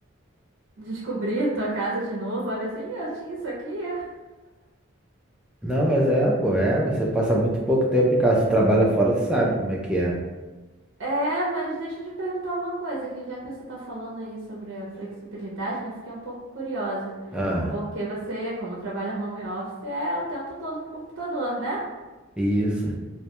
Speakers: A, on the right; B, in the centre.
A: Descobrir a tua casa de novo, olha assim, "Ih, eu tinha isso aqui. é?"
B: Não,
A: Ai,
B: mas é,
A: meu
B: pô,
A: Deus.
B: é, você passa muito pouco tempo em casa. Tu trabalha fora, tu sabe como é que é.
A: É, mas deixa eu te perguntar uma coisa, que já que você tá falando aí sobre a flexibilidade, né? Fiquei um pouco curiosa.
B: Ah,
A: Porque você, como trabalha home office, é o tempo todo no computador, né?
B: isso.